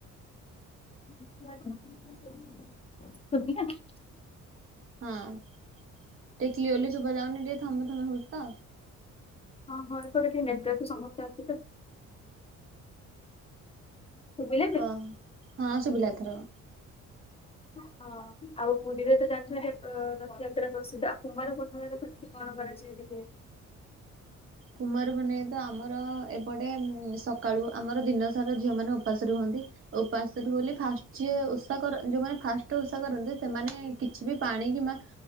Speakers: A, on the left; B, on the right.
A: ଶୁଭିଲା? <unintelligible>
B: ହଁ ଟିକେ କ୍ଲିୟରଲି ଶୁଭା ଯାଉନି ଟିକେ ଥଙ୍ଗ ଥଙ୍ଗ ହଉଛି ତ।
A: ହଁ ହଁ ଏପଟେ ନେଟୱର୍କ ସମସ୍ୟା ଅଛି ତ। ଶୁଭିଲା ଏବେ
B: ଓଃ ହଁ ସୁୁବିଲା ଏଥରକ।
A: ହଁ। ହଁ ଆଉ ପୁରୀରେ ତ ଜାଣିଥିବା ରଥଯାତ୍ରା ପ୍ରସିଦ୍ଧ ଆଉ କୁମାର ପୂର୍ଣ୍ଣିମ ର କେମତି କଣ କରାଯାଏ? କେବେ
B: କୁମାର ପୁନେଇ ତ ଆମର ଏପଟେ ସକାଳୁ ଆମର ଦିନ ସାରା ଝିଅ ମାନ ଉପାସରେ ରୁହନ୍ତି ଉପାସ ସେଠୁ ବୋଲି ଫାଷ୍ଟ ଯିଏ ଓଷା କର ଯେଉମାନେ ଫାଷ୍ଟରେ ଓଷା କରନ୍ତି ସେମାନେ କିଛି ବି ପାଣି କିମ୍ବା